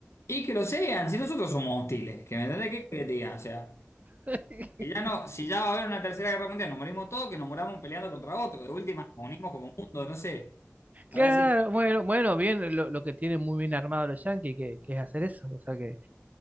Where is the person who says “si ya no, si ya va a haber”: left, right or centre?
Left